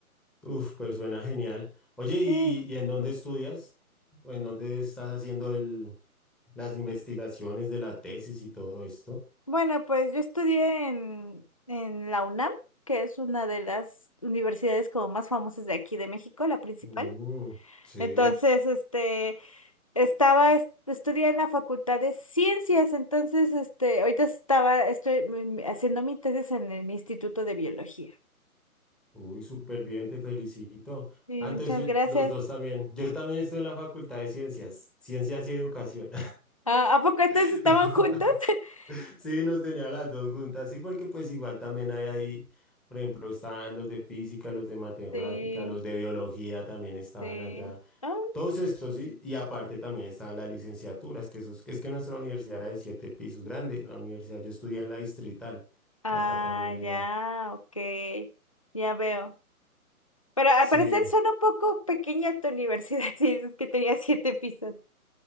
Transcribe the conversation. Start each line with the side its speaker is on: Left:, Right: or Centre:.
Centre: Uf, pues suena genial. Oye, ¿y,
Left: Sí,
Centre: y en dónde estudias? ¿O en dónde estás haciendo el, las investigaciones de la tesis y todo esto?
Left: bueno, pues yo estudié en, en la UNAM, que es una de las universidades como más famosas de aquí de México, la principal.
Centre: Mm, sí,
Left: Entonces, este, estaba, est- estudié en la Facultad de Ciencias, entonces, este, ahorita estaba, estoy mm, haciendo mi tesis en el Instituto de Biología.
Centre: uy, súper bien, te felicito.
Left: Sí,
Centre: Ah,
Left: muchas
Centre: entonces yo-
Left: gracias.
Centre: los dos también. Yo también estoy en la Facultad de Ciencias, Ciencias y Educación.
Left: Ah, ¿a poco entonces
Centre: <laughs>
Left: estaban juntos? <laughs>
Centre: Sí, nos tenía las dos juntas, sí, porque pues igual también hay ahí, por ejemplo, estaban los de física, los de matemática,
Left: Sí,
Centre: los de biología también estaban
Left: sí.
Centre: allá,
Left: Ah,
Centre: todos estos, sí, y aparte también estaban las licenciaturas, que esos, es que nuestra universidad era de siete pisos, grande, la universidad, yo estudié en la Distrital,
Left: ah,
Centre: acá también de,
Left: ya, ok, ya veo. Pero al
Centre: sí,
Left: parecer suena un poco pequeña tu universidad, <laughs> si dices que tenía siete pisos.